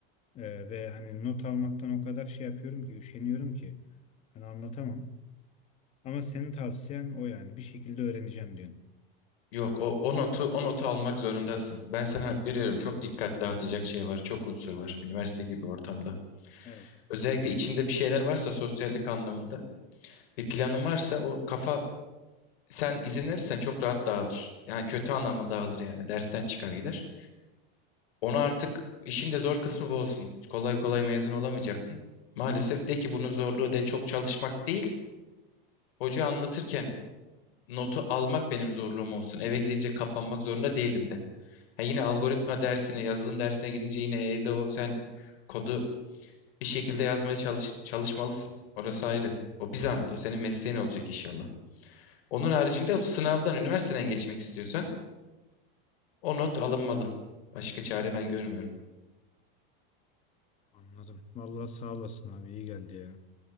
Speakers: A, on the left; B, on the left.
A: Ee, ve hani not almaktan o kadar şey yapıyorum ki, üşeniyorum ki. Hani anlatamam. Ama senin tavsiyen o yani. Bir şekilde öğreneceğim diyorsun.
B: Yok o, o notu o notu almak zorundasın. Ben sana hak veriyorum. Çok dikkat dağıtacak şey var. Çok unsur var. Üniversite gibi ortamda.
A: Evet.
B: Özellikle içinde bir şeyler varsa sosyallik anlamında bir planın varsa o kafa sen izin verirsen çok rahat dağılır. Yani kötü anlamda dağılır yani. Dersten çıkar gider. Onu artık işin de zor kısmı bu olsun. Kolay kolay mezun olamayacaktın. Maalesef de ki bunun zorluğu de çok çalışmak değil. Hoca anlatırken notu almak benim zorluğum olsun. Eve gidince kapanmak zorunda değilim de. Ha yine
A: Hı.
B: algoritma dersine, yazılım dersine girince yine evde o sen kodu bir şekilde yazmaya çalış, çalışmalısın. Orası ayrı. O bir zahmet. O senin mesleğin olacak inşallah. Onun haricinde o sınavdan, üniversiteden geçmek istiyorsan o not alınmalı. Başka çare ben görmüyorum.
A: Anladım. Vallahi sağ olasın abi. iyi geldi ya.